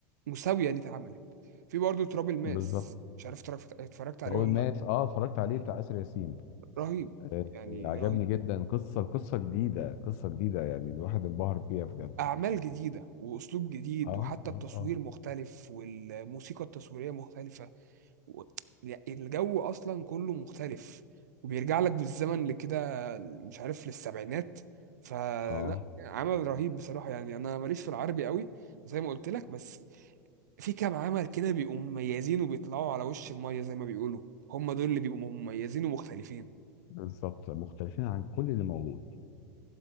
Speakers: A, on the right; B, on the left.
A: مساوية اللي اتعملت في برضه تراب الماس
B: بالظبط
A: مش عارف اتفرجت اتفرجت عليه
B: تراب
A: ولا
B: الماس
A: لأ
B: اه اتفرجت عليه بتاع اسر ياسين
A: رهيب
B: آه،
A: يعني
B: عجبني
A: رهيب
B: جدا قصة قصة جديدة قصة جديدة يعني الواحد انبهر بيها بجد
A: أعمال جديدة وأسلوب جديد
B: اه
A: وحتى
B: اه
A: التصوير
B: اه
A: مختلف والموسيقى التصويرية مختلفة و... يعني الجو أصلا كله مختلف وبيرجع لك بالزمن لكده مش عارف للسبعينات فلا
B: اه
A: عمل رهيب بصراحة يعني أنا ماليش في العربي قوي زي ما قلت لك بس في كام عمل كده بيبقوا مميزين وبيطلعوا على وش المية زي ما بيقولوا هم دول اللي بيبقوا مميزين ومختلفين
B: بالظبط مختلفين عن كل اللي موجود